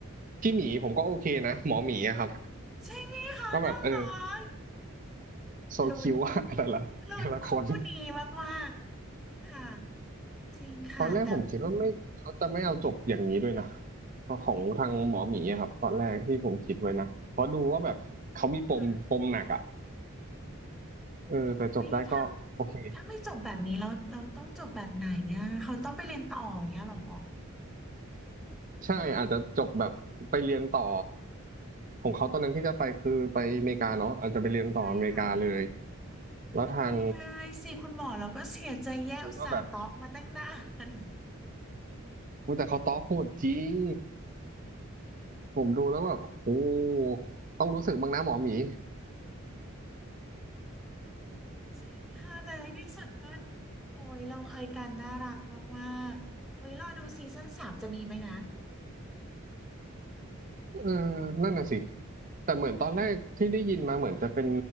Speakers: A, on the right (about 40°); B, in the centre.
A: พี่หมีผมก็โอเคนะหมอหมีอะครับ
B: ใช่ไหมคะน่ารัก
A: ก็แบบเออโซคิวอะแต่ละแต่ละคน
B: ลุ้นลุ้นคู่นี้มากๆค่ะจริงค่ะแต่
A: ตอนแรกผมคิดว่าไม่เขาจะไม่เอาจบอย่างนี้ด้วยนะของทางหมอหมีอะครับตอนแรกที่ผมคิดไว้นะเพราะดูว่าแบบเขามีปมปมหนักอ่ะ
B: ค่ะ
A: เออแต่จบได้ก็โอเค
B: อุ้ยถ้าถ้าไม่จบแบบนี้แล้วเราต้องจบแบบไหนเนี่ยเขาต้องไปเรียนต่ออย่างเงี้ยเหรอ
A: ใช่อาจจะจบแบบไปเรียนต่อของเขาตอนนั้นที่จะไปคือไปอเมริกาเนาะอาจจะไปเรียนต่ออเมริกาเลย
B: ใช่ค่ะ
A: แล้วทาง
B: ไม่ได้สิคุณหมอเราก็เสียใจแย่อุตส่าห์เตาะมาตั้งนาน
A: ว่าแบบอุ๊ยแต่เขาต้อโหดจริงผมดูแล้วแบบโอ้ต้องรู้สึกบ้างนะหมอหมี
B: จริงค่ะแต่ในที่สุดก็โอ้ยลงเอยกันน่ารักมากๆโอ้ยรอดูซีซั่นสามจะมีไหมนะ
A: เออนั่นน่ะสิแต่เหมือนตอนแรกที่ได้ยินมาเหมือนจะเป็น